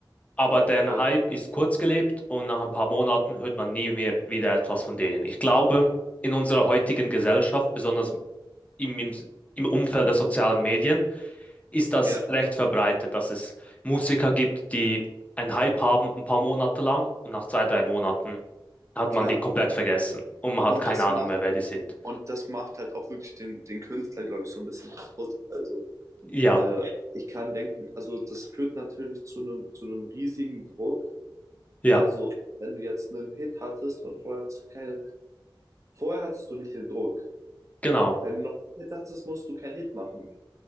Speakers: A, on the left; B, on the right.
A: Aber der
B: Ja.
A: Hype ist kurzgelebt und nach ein paar Monaten hört man nie mehr wieder etwas von denen. Ich glaube, in unserer heutigen Gesellschaft, besonders im, im, im Umfeld der sozialen Medien, ist das
B: Ja,
A: recht verbreitet, dass es Musiker gibt, die einen Hype haben ein paar Monate lang und nach zwei, drei Monaten hat man
B: klar.
A: die komplett vergessen und man
B: Und
A: hat keine
B: das
A: Ahnung
B: macht
A: mehr, wer die sind.
B: Und das macht halt auch wirklich den, den Künstler, glaube ich, so ein bisschen kaputt. Also
A: Ja,
B: äh, ich kann denken, also das führt natürlich zu einem zu einem riesigen Druck.
A: ja,
B: Also wenn du jetzt einen Hit hattest und vorher hattest du keine, vorher hattest du nicht den Druck.
A: genau,
B: Wenn du noch einen Hit hattest, musst du keinen Hit machen.